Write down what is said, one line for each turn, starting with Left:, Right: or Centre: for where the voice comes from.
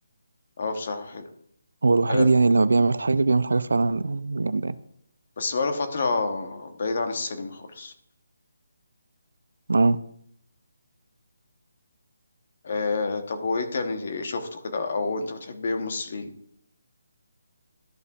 Left: اه بصراحه حلو
Right: هو الوحيد
Left: آه.
Right: يعني اللي لما بيعمل حاجه بيعمل حاجه فعلا جامده يعني
Left: بس بقاله فتره بعيد عن السينما خالص
Right: آه.
Left: آه. طب وايه تاني شفته كده او انت بتحب ايه ممثلين